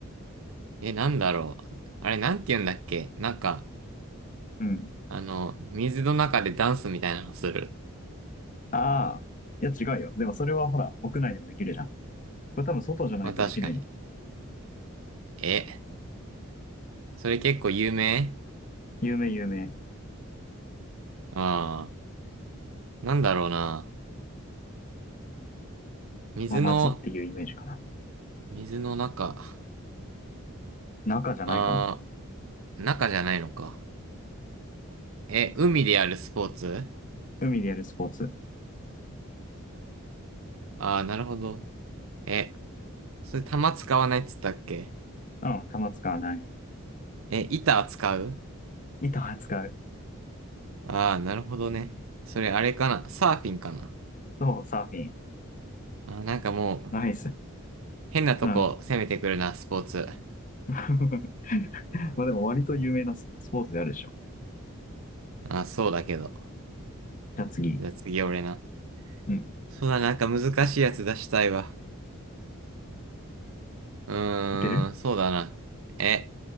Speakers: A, on the right; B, on the left.
A: え、なんだろう。あれ、なんて言うんだっけなんか、
B: うん。
A: あの、水の中でダンスみたいなのする。
B: ああ。いや、違うよ。でも、それはほら、屋内でもできるじゃん。これ多分、外じゃないとできないよ。
A: まあ、確かに。え、それ結構有名
B: 有名、有名。
A: ああー、なんだろうな。水の、
B: まあ、夏っていうイメージかな。
A: 水の中。
B: 中じゃないかも。
A: ああ、中じゃないのか。え、海でやるスポーツ
B: 海でやるスポーツ。
A: ああー、なるほど。え、それ玉使わないっつったっけ
B: うん、球使わない。
A: え、板使う
B: 板は使う。
A: ああー、なるほどね。それあれかな。サーフィンかな。
B: そう、サーフィン。
A: あー、なんかもう、
B: ナイス。
A: 変なとこ攻めてくるな、
B: うん。
A: スポーツ。
B: <laughs> まあでも割と有名なススポーツであるでしょ。
A: あ、そうだけど。
B: じゃあ次。
A: じゃあ次俺な。
B: うん。
A: そうだ、なんか難しいやつ出したいわ。うーん、
B: いける
A: そうだな。え、